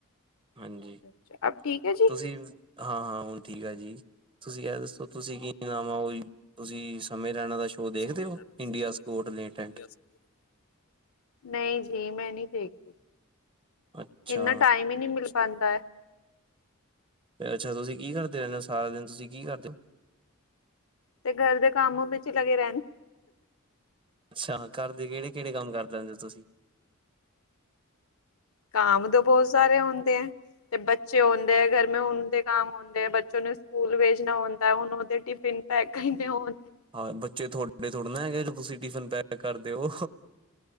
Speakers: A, on the right; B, on the left.
A: ਹਾਂਜੀ
B: ਅੱਛਾ ਅਬ ਠੀਕ ਹੈ ਜੀ।
A: ਤੁਸੀਂ ਹਾਂ ਹਾਂ ਹੁਣ ਠੀਕ ਆ ਜੀ, ਤੁਸੀਂ ਐ ਦੱਸੋ ਤੁਸੀਂ ਕੀ ਨਾਮ ਹਾਂ ਓਹੀ ਤੁਸੀਂ ਸਮੇਂ ਰਹਿਣਾ ਦਾ ਸ਼ੋਅ ਦੇਖਦੇ
B: ਸਮੇਂ
A: ਹੋ
B: ਲੈ ਦਾ ਸ਼ੋਅ
A: ਇੰਡੀਆ
B: ਦੇਖਦੇ
A: ਸਕੋਟ
B: ਹੋ
A: ਲੇਟੈਂਟ
B: ਇੰਡੀਆ ਸਕ <unintelligible> <inaudible> ਨਹੀਂ ਜੀ ਮੈਂ ਨਹੀਂ ਦੇਖਦੀ
A: ਅੱਛਾ
B: ਇੰਨਾ ਟਾਈਮ ਹੀ ਨਹੀਂ ਮਿਲਦਾ। ਪਾਂਦਾ ਐ।
A: ਅੱਛਾ ਤੁਸੀਂ ਕੀ ਕਰਦੇ ਰਹਿੰਦੇ ਹੋ ਸਾਰਾ ਦਿਨ ਤੁਸੀਂ ਕੀ ਕਰਦੇ ਹੋ?
B: ਤੇ ਗਰ ਦੇ ਕੰਮ ਵਿੱਚ ਲੱਗੇ ਰਹਿਣ
A: ਅੱਛਾ ਅੰਹ ਘਰ ਦੇ ਕਿਹੜੇ ਕਿਹੜੇ ਕੰਮ ਕਰ ਲੈਂਦੇ ਹੋ ਤੁਸੀਂ?
B: ਕਾਮ ਤੋਂ ਬਹੁਤ ਸਾਰੇ ਹੁੰਦੇ ਆ ਤੇ ਬੱਚੇ ਹੁੰਦੇ ਆ ਗਰਮੇ ਹਣ ਦੇ ਕੰਮ ਹੂੰਦੇ ਬੱਚੋ ਨੂੰ ਸਕੂਲ ਵੇਜਣਾ ਹੁੰਦਾ ਹੁਣ ਉਹਦੇ ਟਿਫਿਨ ਪੈਕੇ <unintelligible>
A: ਹਾਂ ਬੱਚੇ ਥੋਡੇ ਥੋੜੇ ਨਾ ਹੈਗੇ ਤੁਸੀਂ ਟਿਫਿਨ ਪੈਕ ਕਰਦੇਓ।